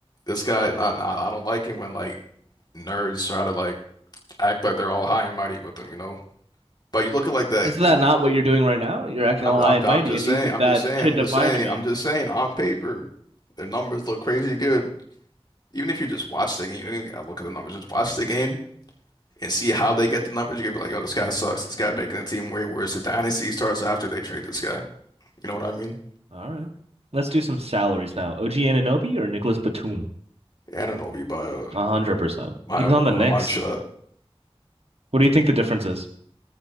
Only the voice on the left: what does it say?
this guy, not nah, nah, I don't like him when like nerds try to like act like they're all high and mighty with them, you know. But you look at like that.
Look,
look,
I'm,
I'm
I'm
just
saying.
I'm
just saying.
I'm
just saying.
I'm just saying. On paper, their numbers look crazy good. Even if you just watch the game, you don't even gotta look at the numbers. Just watch the game and see how they get the numbers. You're gonna be like, "Yo, this guy sucks. This guy making the team way worse." The dynasty starts after they trade this guy. You know what I mean?
Anunoby by a
by
a, a
long shot.